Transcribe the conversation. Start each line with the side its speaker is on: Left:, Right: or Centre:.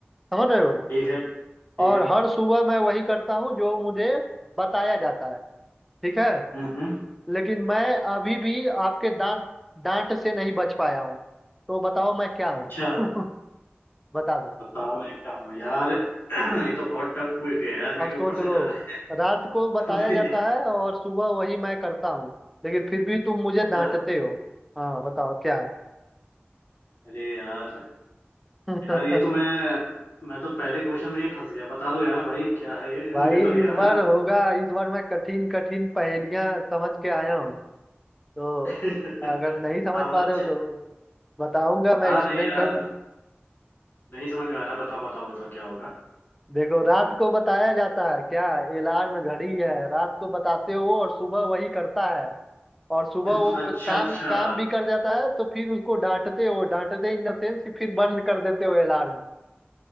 Centre: समझ रहे हो
Left: ठीक है ठीक
Centre: और
Left: है
Centre: हर सुबह मैं वही करता हूँ जो मुझे बताया जाता है ठीक है
Left: हम्म हम्म
Centre: लेकिन मैं अभी भी आपके डांट डांट से नहीं बच पाया हूँ तो बताओ मैं क्या हूँ
Left: अच्छा
Centre: <laughs> बता दो
Left: बताओ मैं क्या हूँ यार <clears throat> ये तो बहुत टफ पूछ गया यार मेरे
Centre: अब सोच
Left: ऊपर
Centre: लो
Left: से जा रहा
Centre: रात को बताया
Left: है <laughs> फिर
Centre: जाता
Left: यार,
Centre: है और सुबह वही मैं करता हूँ लेकिन फिर भी तुम मुझे डांटते
Left: अच्छा
Centre: हो हाँ बताओ क्या है
Left: अरे यार
Centre: <laughs>
Left: यार ये तो मैं मैं तो पहले क्वेश्चन में ही फंस गया बता दो यार भाई क्या है ये
Centre: भाई
Left: मुझे तो नहीं
Centre: इस
Left: आ
Centre: बार
Left: रहा
Centre: होगा इस बार मैं कठिन कठिन पहेलियां समझ के आया हूँ तो
Left: <laughs> हाँ
Centre: अगर नहीं समझ
Left: मतलब
Centre: पा रहे
Left: अच्छा
Centre: हो तो बताऊंगा मैं
Left: हाँ
Centre: एक्सप्लेन
Left: नहीं यार
Centre: कर दूं
Left: नहीं समझ में आ रहा बताओ बताओ बताओ क्या होगा
Centre: देखो रात को बताया जाता है क्या अलार्म घड़ी है रात को बताते हो और सुबह वही करता है और सुबह
Left: <clears throat>
Centre: वो
Left: अच्छा
Centre: क- काम
Left: अच्छा
Centre: काम भी कर जाता है तो फिर उसको डांटते हो डांटते इन द सेंस कि फिर बंद कर देते हो अलार्म